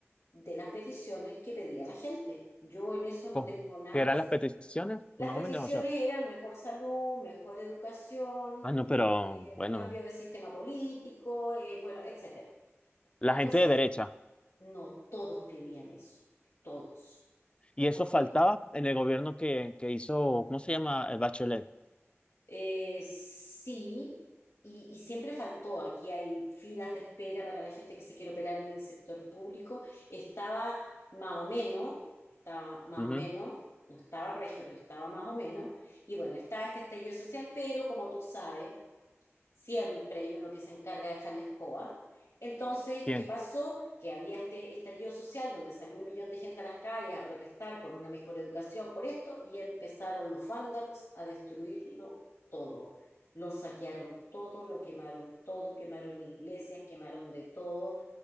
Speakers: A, on the left; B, on the left.
A: de las peticiones que pedía la gente. Yo en eso no
B: co-
A: tengo nada
B: que eran
A: que decir.
B: las peticiones,
A: Las
B: más
A: peticiones
B: o menos, o sea,
A: eran mejor salud, mejor educación,
B: ah, no, pero
A: eh,
B: bueno,
A: cambio de sistema político, eh, bueno, etcétera.
B: la
A: La
B: gente
A: cosa
B: de
A: es,
B: derecha.
A: no todos pedían eso, todos.
B: Y eso
A: Porque
B: faltaba en el gobierno que, que hizo, ¿cómo se llama? El Bachelet.
A: Eh, sí, y, y siempre faltó. Aquí hay filas de espera para la gente que se quiere operar en el sector público. Estaba más o menos, estaba más
B: Ujú,
A: o menos, no estaba regio, pero estaba más o menos. Y bueno, estaba este estallido social, pero como tú sabes, siempre hay uno que se encarga de dejar la escoba. Entonces,
B: Bien.
A: ¿qué pasó? Que había este estallido social donde salió un millón de gente a las calles a protestar por una mejor educación, por esto, y empezaron los vándalos a destruirlo todo. Lo saquearon todo, lo quemaron todo, quemaron iglesias, quemaron de todo.